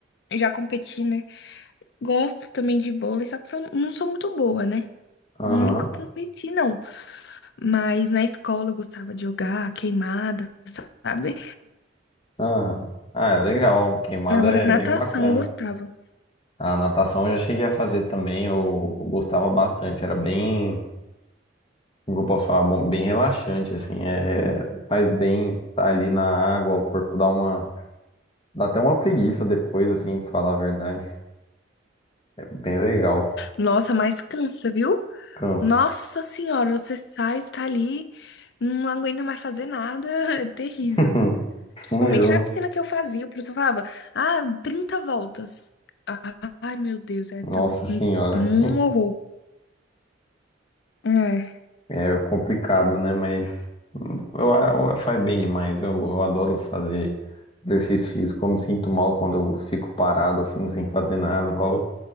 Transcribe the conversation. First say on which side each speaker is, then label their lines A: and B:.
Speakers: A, on the left; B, on the left.
A: Eu Já competi, né? Gosto também de vôlei, só que sou- não sou muito boa, né?
B: aham,
A: Nunca competi, não. Mas na escola eu gostava de jogar, queimada, sabe?
B: aham. Ah, é legal. Queimada
A: Agora
B: é
A: natação
B: bem bacana.
A: eu gostava.
B: A natação eu já cheguei a fazer também. Eu, eu gostava bastante. Era bem, como eu posso falar, bom, bem relaxante, assim. É, faz bem estar ali na água, o corpo dá uma, dá até uma preguiça depois, assim, pra falar a verdade. É bem legal.
A: Nossa, mas cansa, viu?
B: Cansa.
A: Nossa senhora, você sai, está ali, não aguenta mais fazer nada, <laughs> é terrível.
B: <laughs> Isso
A: Principalmente
B: mesmo.
A: na piscina que eu fazia, o professor falava, ah, 30 voltas. Ah, Ai, meu Deus, é
B: Nossa
A: tão...
B: senhora.
A: um horror. É,
B: É complicado, né? Mas eu, eu- faz bem demais. Eu, eu adoro fazer exercício físico. Eu me sinto mal quando eu fico parado, assim, sem fazer nada. Eu falo,